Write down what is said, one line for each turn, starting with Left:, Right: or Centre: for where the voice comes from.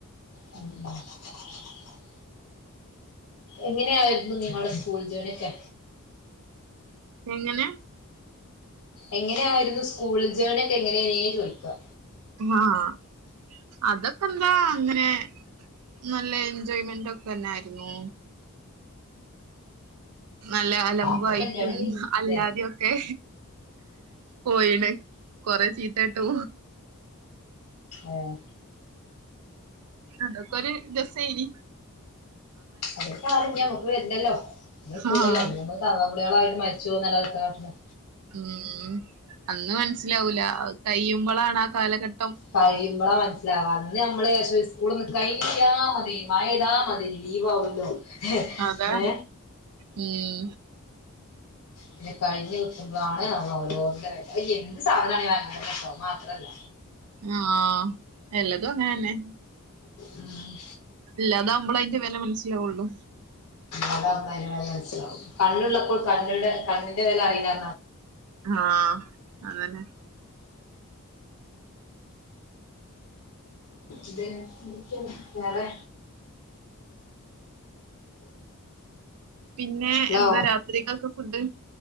Left: ഉ <unintelligible> എങ്ങനെയായിരുന്നു നിങ്ങളുടെ സ്കൂൾ ജേർണി ഒക്കെ
Right: എങ്ങനെ
Left: എങ്ങനെയായിരുന്നു സ്കൂൾ ജേണി ഒക്കെ എങ്ങനെയനെയെ ചോദിക്കുക
Right: ആഹ് അതൊക്കെ ന്താ അങ്ങനെ നല്ല എൻജോയ്മെന്റ് ഒക്കെ തന്നയിരുന്നു നല്ല അലമ്പയിട്ടും
Left: പിന്നെ കല്യാണം കഴിഞ്ഞു
Right: അല്ലാതെയൊക്കെ
Left: അല്ലേ
Right: പോയിണ കൊറെ ചീത്തേട്ടു
Left: ഉം
Right: അതൊക്കൊരു രസായിനി
Left: അ കാലം ഇന് നമക്ക് വരില്ലല്ലോ ഇന് കട്ടൂലല്ലോ
Right: ആഹ്
Left: നമ്മ തള്ളപ്പിടികളായിട്ട് മരിച്ചു പോവുംന്നല്ലാതെ വേറെന്താ
Right: ഉം അന്ന് മനസ്സിലാവൂല കയുമ്പോളാണ് ആഹ് കാലഘട്ട
Left: കയുമ്പോളാ മനസ്സിലാവാ അന്ന് നമ്മള് ചാരിച്ച് സ്കൂള് ഒന്ന് കഴിഞ്ഞ് കിട്ടിയാ മതി മയതാ മതി ലീവ് ആകല്ലോ
Right: അതാ
Left: ഏ
Right: ഉം
Left: പിന്ന കഴിഞ്ഞഞ് വിട്ടുമ്പോാണ് നമ്മൾ ഓരോരുടെ വില എന്ത് സാധനണ അങ്ങനെ തന്നെ ട്ടോ ഇത് മാത്രല്ല
Right: ആഹ് എല്ലതും അങ്ങനന്നെ
Left: ഉം
Right: ഇല്ലതാവകുമ്പോള അതിന്റെ വില മനസ്സിലാവുള്ളു
Left: അത അ വ മനസിലാവും കണ്ണുള്ളപ്പോൾ കണ്ണ കണ്ണിന്റെ വില അറിയില്ല
Right: ആഹ് അങ്ങനെ
Left: ഇത് എ വേറെ
Right: പിന്നെ
Left: ഹലോ
Right: എന്താ രാത്രികക്ക് ഫുഡ്